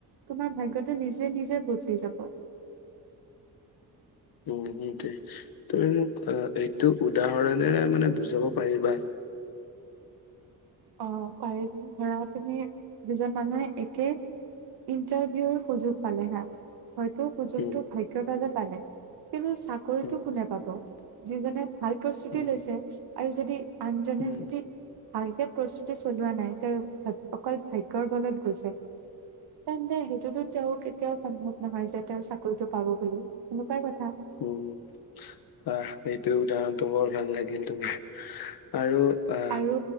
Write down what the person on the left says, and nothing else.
উম সেইটোৱে তুমি মোক অ এইটো উদাহৰণেৰে মানে বুজাব পাৰিবা
উম,
উম,
উম,
উম,
উম বাহ এইটো উদাহৰণটো বৰ ভাল লাগিল, তোমাৰ আৰু- বা